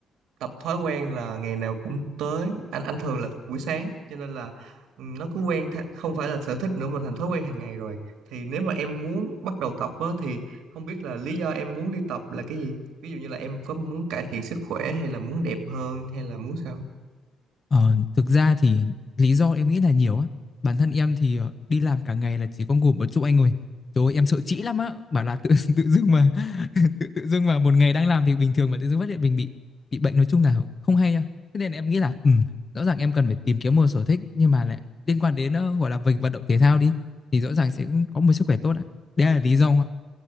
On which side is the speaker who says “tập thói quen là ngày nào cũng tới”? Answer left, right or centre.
Right